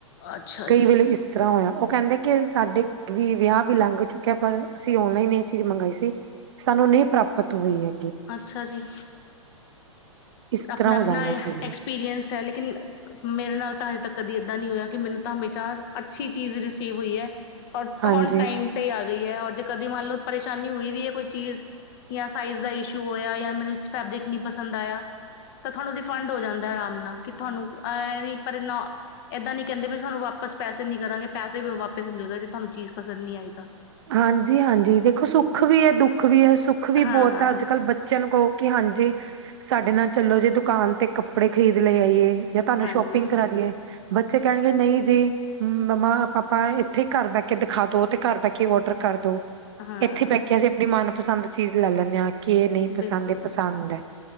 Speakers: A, on the left; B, on the right.
A: ਅੱਛਾ
B: ਕਈ
A: ਜੀ
B: ਵੇਲੇ ਇਸ ਤਰ੍ਹਾਂ ਹੋਇਆ ਕਹਿੰਦੇ ਕਿ ਸਾਡੇ ਵੀ ਵਿਆਹ ਵੀ ਲੰਘ ਚੁੱਕਿਆ, ਪਰ ਅਸੀਂ ਔਨਲਾਈਨ ਇਹ ਚੀਜ਼ ਮੰਗਈ ਸੀ। ਸਾਨੂੰ ਨਹੀਂ ਪ੍ਰਾਪਤ ਹੋਈ ਹੈ।
A: ਅੱਛਾ ਜੀ,
B: ਇਸ
A: ਆਪਣਾ-ਆਪਣਾ
B: ਤਰ੍ਹਾਂ ਹੋ ਜਾਂਦਾ ਕਈ ਵੇਲੇ
A: ਐਕਸਪੀਰੀਅੰਸ ਹੈ ਲੇਕਿਨ ਮੇਰੇ ਨਾਲ ਤਾਂ ਹਜੇ ਤੱਕ ਕਦੀ ਏਦਾਂ ਨਹੀਂ ਹੋਇਆ, ਕਿ ਮੈਨੂੰ ਤਾਂ ਹਮੇਸ਼ਾ ਅੱਛੀ ਚੀਜ਼ ਰਿਸੀਵ ਹੋਈ ਹੈ। ਹੋਰ
B: ਹਾਂਜੀ
A: ਹੁਣ ਟਾਈਮ ਤੇ ਹੀ ਆ ਸਈ ਹੈ, ਹੋਰ ਜੇ ਕਦੀ ਮੰਨ ਲਓ ਪਰੇਸ਼ਾਨੀ ਹੋਈ ਵੀ ਹੈ ਕੋਈ ਚੀਜ਼ ਜਾਂ ਸਾਈਜ਼ ਦਾ ਇਸ਼ੂ ਹੋਇਆ ਜਾਂ ਮੈਨੂੰ ਫੇ ਰਿਕ ਨਹੀਂ ਪਸੰਦ ਆਇਆ ਤਾਂ ਤੁਹਾਨੂੰ ਰਿਫੰਡ ਹੋ ਜਾਂਦਾ ਆਰਾਮ ਨਾਲ, ਕਿ ਤੁਹਾਨੂੰ ਏਹ ਨਹੀਂ ਪਰ ਨਾ, ਇੱਦਾਂ ਨਹੀਂ ਕਹਿੰਦੇ ਵੀ ਸਾਨੂੰ ਵਾਪਸ ਪੈਸੇ ਨੀ ਕਰਾਂਗੇ, ਪੈਸੇ ਵੀ ਵਾਪਿਸ ਮਿਲ ਗਏ, ਜੇ ਤੁਹਾਨੂੰ ਚੀਜ਼ ਪਸਦ ਨਹੀਂ ਆਈ ਤਾਂ।
B: ਹਾਂਜੀ-ਹਾਂਜੀ ਦੇਖੋ ਸੁੱਖ ਵੀ ਹੈ, ਦੁੱਖ ਵੀ ਹੈ, ਸੁੱਖ ਵੀ
A: ਹਾਂ
B: ਬਹੁਤ ਹੈ ਅੱਜ ਕੱਲ੍ਹ, ਬੱਚਿਆਂ ਨੂੰ ਕਹੋ ਕਿ ਹਾਂਜੀ, ਸਾਡੇ ਨਾਲ ਚਲੋ ਜੇ ਦੁਕਾਨ ਤੇ ਕੱਪੜੇ ਖ਼ਰੀਦ ਲੇ ਆਈਏ। ਯਾ ਤੁਹਾਨੂੰ
A: ਹਾਂਜੀ
B: ਸ਼ੋਪਿੰਗ ਕਰਾ ਦੀਏ, ਬੱਚੇ ਕਹਿਣਗੇ ਨਹੀਂ ਜੀ, ਮੰਮਾ ਪਾਪਾ ਇੱਥੇ ਘਰ ਬੈ ਕੇ ਦਿਖਾ ਦੋ, ਤੇ ਘਰ ਬੈ ਕੇ ਕਿ ਓਡਰ ਕਰਦੋ,
A: ਹਾਂ
B: ਇੱਥੇ ਬਹਿ ਕੇ ਅਸੀਂ ਆਪਣੀ ਮਨਪਸੰਦ ਚੀਜ਼ ਲੈ ਲੈਣੇ ਹਾਂ। ਕਿ ਇਹ ਨਹੀਂ ਪਸੰਦ
A: ਬਿਲਕੁਲ,
B: ਇਹ ਪਸੰਦ ਹੈ